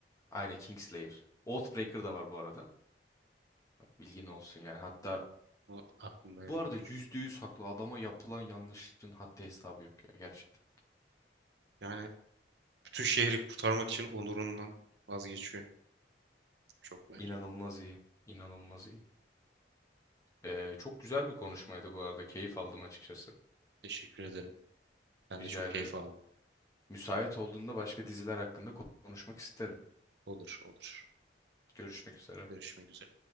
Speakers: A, on the left; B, on the right.
A: Aynı Kingslayer. Oathbreaker da var bu arada. Bilgin olsun yani. Hatta
B: O aklımda öyle
A: bu arada
B: geliyor.
A: yüzde yüz haklı. Adama yapılan yanlışın hatta hesabı yok ya gerçekten.
B: Yani bütün şehri kurtarmak için onurundan vazgeçiyor. Çok bence.
A: İnanılmaz iyi. İnanılmaz iyi. Ee, çok güzel bir konuşmaydı bu arada. Keyif aldım açıkçası.
B: Teşekkür ederim. Ben
A: Rica
B: de çok
A: ederim.
B: keyif aldım.
A: Müsait olduğunda başka diziler hakkında konuşmak isterim.
B: Olur, olur.
A: Görüşmek üzere.
B: Görüşmek üzere.